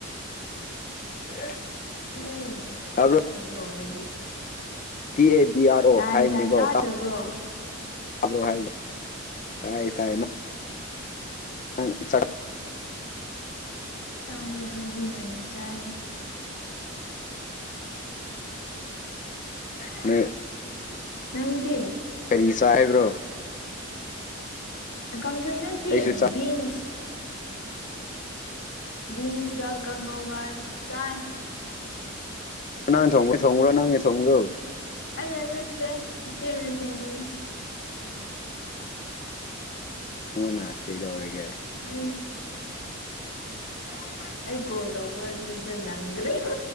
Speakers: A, on the left; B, on the left.
A: <inaudible>
B: ꯎꯝ
A: ꯇꯥꯕ꯭ꯔꯣ
B: ꯑꯗꯨ ꯑꯣꯏꯔꯗꯤ ꯐꯥꯏꯕ
A: ꯇꯤ ꯑꯦ ꯕꯤ ꯑꯥꯔ ꯑꯣ
B: ꯇꯥꯏ
A: ꯍꯥꯏꯕꯅꯤꯀꯣ
B: ꯇꯥꯏ ꯇꯥꯗꯕ꯭ꯔꯣ
A: ꯇꯥꯕ꯭ꯔꯣ ꯍꯥꯏ ꯇꯥꯏ ꯇꯥꯏ <inaudible>
B: ꯆꯥꯔꯦꯕ ꯑꯩꯗꯤ ꯉꯥꯟꯅ ꯆꯥꯏ
A: <inaudible>
B: ꯅꯪꯗꯤ
A: ꯀꯔꯤ ꯁꯥ ꯍꯥꯏꯕ꯭ꯔꯣ
B: ꯀꯪꯁꯣꯢ ꯅꯠꯇꯦ
A: ꯑꯩꯁꯨ ꯆꯥꯛ
B: ꯕꯤꯟꯁ ꯕꯤꯟꯁꯒ ꯀꯥꯡꯉꯧꯒ ꯆꯥꯏ
A: ꯀꯅꯥ ꯊꯣꯡꯒ꯭ꯔꯦ ꯊꯣꯡꯒ꯭ꯔꯣ ꯅꯪꯅ ꯊꯣꯡꯕ꯭ꯔꯣ
B: ꯑꯩꯅ ꯅꯠꯇꯦ ꯏꯆꯦꯅ ꯊꯣꯡꯕꯅꯦ
A: ꯃꯉꯣꯟꯗ ꯀꯩꯗꯧꯔꯒꯦ
B: ꯑꯩ
A: <inaudible>
B: ꯑꯩ ꯀꯣꯜ ꯇꯧꯕꯗꯨꯗ ꯅꯪꯗ꯭ꯔꯦꯕ